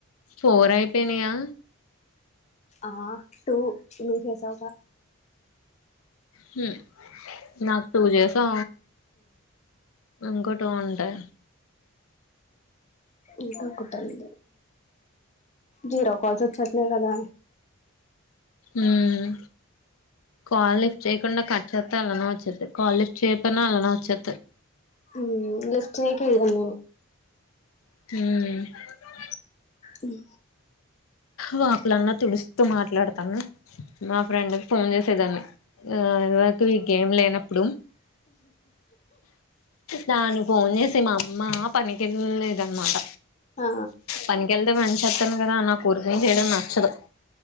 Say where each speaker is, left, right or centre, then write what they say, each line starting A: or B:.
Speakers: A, on the left; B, on the left.
A: ఫోర్ అయిపోయినాయా
B: ఆ టు నువ్వు చేసావ్ గా
A: హ్మ్ నాకు టూ చేేసా ఇంకో టు ఉండ్య
B: ఇంకా కుట్టలి జీరో కాల్స్ వచ్చాట్లే కదా
A: ఉమ్ కాల్ లిఫ్ట్ చేయకుండా కట్ చేస్తా అలానా వచ్చేది కాల్ లిఫ్ చేయకపోతే అలానే వచ్చేత్తది
B: హ్మ్ లిఫ్ట్ చేకి నేను
A: హ్మ్
B: హ్
A: లోపలన్న తుడుస్తూ మాట్లాడతాను మా ఫ్రెండ్కు ఫోన్ చేసేదాన్ని నాకు ఈ గేమ్ లేనప్పుడు దానికి ఫోన్ చేసి మా అమ్మ పనికి వెళ్ళలేదన్నమాట
B: ఆ
A: పనికెళ్తే మంచి వస్తాను కదా నాకూ ఊరికే చేయడం నచ్చదు